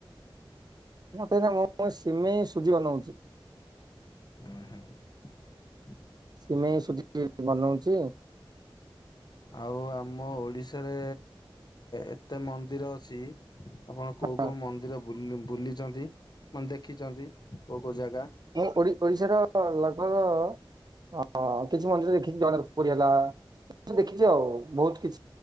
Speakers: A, on the right (about 50°); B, on the left (about 50°).
A: ମୁଁ ତ ମୁଁ ସିମେଇ ସୁଜି ବନଉଛି।
B: ହୁଁ ହୁଁ।
A: ସିମେଇ ସୁଜି ବନଉଛି।
B: ଆଉ ଆମ ଓଡ଼ିଶାରେ ଏତେ ମନ୍ଦିର ଅଛି। ଆପଣ କୋଉ
A: ହଁ
B: କୋଉ ମନ୍ଦିର ବୁଲି-ବୁଲିଛନ୍ତି ମାନେ ଦେଖିଛନ୍ତି। କୋଉ ଜାଗା?
A: ମୁଁ ଓଡିଶାର ଲଗ୍ଭଗ ହଁ କିଛି ମନ୍ଦିର ଦେଖିଛି ଜଗନ୍ନାଥ ପୁରୀ ହେଲା ଦେଖିଛି ଆଉ ବହୁତ କିଛି।